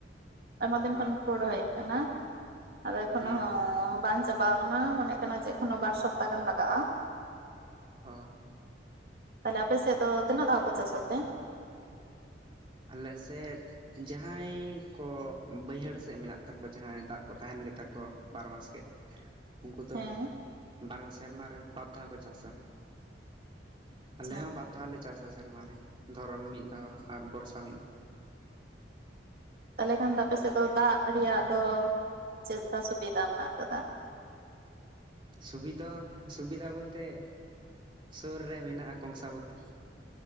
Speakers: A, on the right (about 55°); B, on the right (about 30°).
A: ᱟᱭᱢᱟ ᱫᱤᱱ
B: ᱚ
A: ᱠᱷᱚᱱ ᱜᱮᱠᱚ ᱨᱚᱦᱚᱭᱮᱫ ᱠᱟᱱᱟ᱾ ᱟᱫᱚ ᱮᱠᱷᱚᱱᱚ
B: ᱦᱩᱸ
A: ᱦᱚᱸ ᱵᱟᱝ ᱪᱟ ᱵᱟ ᱠᱟᱱᱟ ᱢᱚᱱᱮ ᱠᱟᱱᱟ ᱡᱮ ᱮᱠᱷᱱᱳ ᱵᱟᱨ ᱥᱚᱯᱛᱟ ᱜᱟᱱ ᱞᱟᱜᱟᱜ-ᱟ᱾
B: ᱦᱚᱸ
A: ᱛᱟᱦᱚᱞᱮ ᱟᱯᱮ ᱥᱮᱫ ᱫᱚ ᱛᱤᱱᱟ ᱫᱷᱟᱣ ᱠᱚ ᱪᱟᱥᱚᱜᱛᱮ?
B: ᱟᱞᱮ ᱥᱮᱫ ᱡᱟᱦᱟᱸᱭᱻ ᱠᱚ ᱵᱟᱹᱭᱦᱟᱹᱲ ᱥᱮᱫ ᱢᱮᱱᱟᱜ ᱛᱟᱠᱚᱣᱟ ᱡᱟᱦᱟᱸᱭ ᱫᱟᱜ ᱠᱚ ᱛᱟᱦᱮᱱ ᱜᱮᱛᱟ ᱠᱚᱣᱟ ᱵᱟᱨᱚ ᱢᱟᱥ ᱜᱮ᱾ ᱩᱱᱠᱩ ᱫᱚ,
A: ᱦᱮᱸ
B: ᱵᱟᱨᱚ ᱥᱮᱨᱢᱟ ᱨᱮ ᱵᱟᱨ ᱫᱷᱟᱣ ᱠᱚ ᱪᱟᱥ-ᱟ᱾
A: ᱟᱪᱪᱷᱟ
B: ᱟᱞᱮ ᱦᱚᱸ ᱵᱟᱨ ᱫᱷᱟᱣ ᱞᱮ ᱪᱟᱥᱟ ᱥᱮᱨᱢᱟᱨᱮ, ᱫᱷᱚᱨᱚᱱ ᱢᱤᱫ ᱫᱷᱟᱣ ᱟᱨ ᱵᱚᱨᱥᱟ ᱢᱤᱼ
A: ᱛᱟᱦᱞᱮ ᱠᱷᱟᱱ ᱫᱚ ᱟᱯᱮ ᱥᱮᱫ ᱫᱚ ᱫᱟᱜ ᱨᱮᱭᱟᱜ ᱫᱚ ᱪᱮᱫᱠᱟ ᱥᱩᱵᱤᱫᱷᱟ ᱢᱮᱱᱟᱜ ᱟᱠᱟᱫᱟ?
B: ᱥᱩᱵᱤᱫᱚ, ᱥᱩᱵᱤᱫᱷᱟ ᱵᱚᱞᱛᱮᱼᱼ ᱥᱩᱨ ᱨᱮ ᱢᱮᱱᱟᱜ-ᱟ ᱠᱚᱝᱥᱟᱵᱚᱛᱤ,